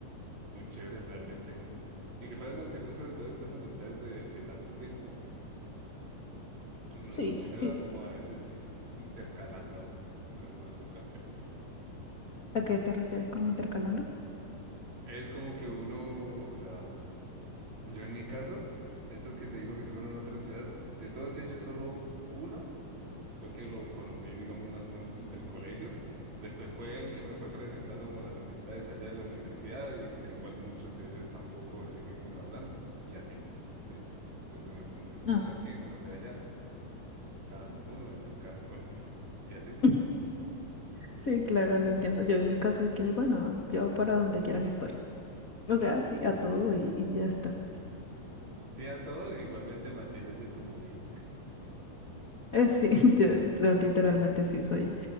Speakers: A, on the right; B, on the left.
A: muy chévere realmente. Y que puedas mantener sobre todo estas amistades de, de tanto tiempo. Normalmente
B: Sí,
A: va
B: ¿y
A: como a veces intercalando en algunas ocasiones.
B: a qué te refieres con intercalando?
A: Es como que uno, o sea, Yo en mi caso, estos que te digo que se fueron a otra ciudad, de todos ellos solo uno fue que lo conocí, digamos, más o menos desde el colegio. Después fue el que me fue presentando como las amistades allá de la universidad y da igual muchos de ellos tampoco seguimos hablando y así, ¿sí? Entonces uno es como que conoce
B: Ah.
A: aquí, conoce allá, encaja con uno, no encaja con otro <laughs> y así.
B: <laughs> Sí, claro, lo entiendo. Yo en mi caso y que, bueno, yo para donde quieran estoy. O sea, sí, a todo y, y ya está.
A: Sí a todo, igualmente mantienes de comodín.
B: Eh, sí, <laughs> yo, yo literalmente sí soy,